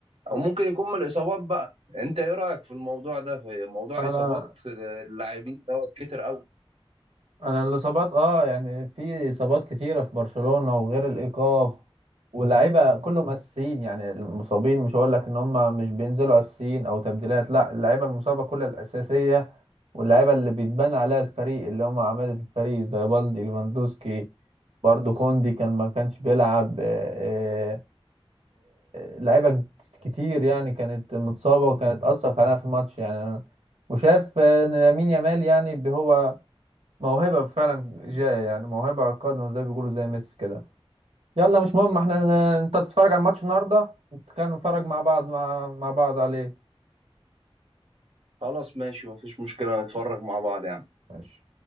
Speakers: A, on the right (about 70°); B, on the right (about 80°).
A: او ممكن يكون من الاصابات بقى انت ايه رايك في الموضوع ده في موضوع
B: انا
A: اصابات آه، اللاعبين دوت كتر قوي
B: انا الاصابات اه يعني في اصابات كتيره في برشلونه وغير الايقاف واللعيبه كلهم اساسيين يعني المصابين مش هقول لك ان هم مش بينزلوا اساسيين او تبديلات لا اللعيبه المصابه كلها الاساسيه واللعيبه اللي بيتبنى عليها الفريق اللي هم عماده الفريق زي بالدي ليفاندوسكي برضو كوندي كان ما كانش بيلعب آه، آه، آه، لعيبه كتير يعني كانت متصابه وكانت اثر علينا في الماتش يعني أنا- وشاف آه، ان لامين يامال يعني هو موهبة فعلا جاية يعني موهبة قادمة زي بيقولوا زي ميسي كده يلا مش مهم احنا ن- انت تتفرج على الماتش النهارده نتكلم نتفرج مع بعض مع, مع بعض عليه
A: خلاص ماشي مفيش مشكله نتفرج مع بعض يعني
B: ماشي